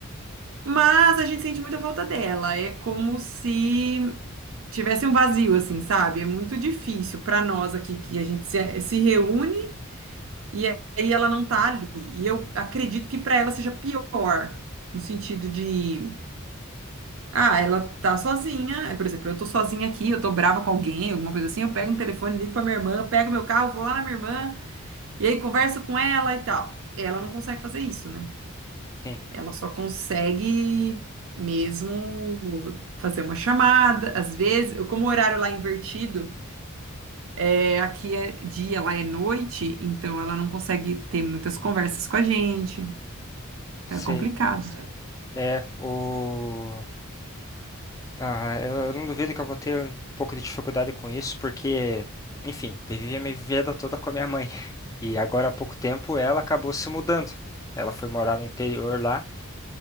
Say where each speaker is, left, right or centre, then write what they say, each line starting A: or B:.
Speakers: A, on the right; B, on the left.
A: Mas a gente sente muita falta dela. É como se tivesse um vazio, assim, sabe? É muito difícil para nós aqui que a gente se, se reúne e aí ela não tá ali. E eu acredito que para ela seja pior, no sentido de, ah, ela tá sozinha. É, Por exemplo, eu tô sozinha aqui, eu tô brava com alguém, alguma coisa assim, eu pego um telefone, ligo para minha irmã, pego meu carro, vou lá na minha irmã e aí converso com ela e tal. Ela não consegue fazer isso, né?
B: Sim.
A: Ela só consegue mesmo fazer uma chamada, às vezes, como o horário lá é invertido, É, aqui é dia, lá é noite, então ela não consegue ter muitas conversas com a gente.
B: Você
A: Então é complicado. Certo.
B: é o. Ah, eu eu não duvido que eu vou ter um pouco de dificuldade com isso, porque, enfim, vivi a minha vida toda com a minha mãe. <laughs> E agora há pouco tempo ela acabou se mudando. Ela foi morar no interior lá.